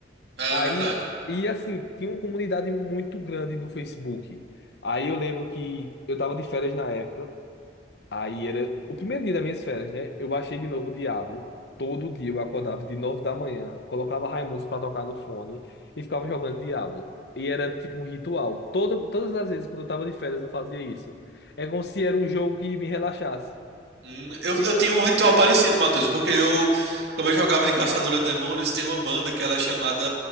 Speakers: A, on the right; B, on the left.
A: É
B: Aí,
A: verdade.
B: e assim, tem uma comunidade muito grande no Facebook. Aí eu lembro que eu tava de férias na época. Aí era o primeiro dia das minhas férias, né? Eu baixei de novo o Diablo. Todo dia eu acordava de 9 da manhã, colocava Raimundos pra tocar no fone e ficava jogando Diablo. E era tipo um ritual. Toda, todas as vezes quando eu tava de férias eu fazia isso. É como se era um jogo que me relaxasse.
A: Hum, eu,
B: E
A: eu tinha um ritual parecido, Matheus, porque eu, como eu jogava de caçadora de demônios, tem uma banda que ela é chamada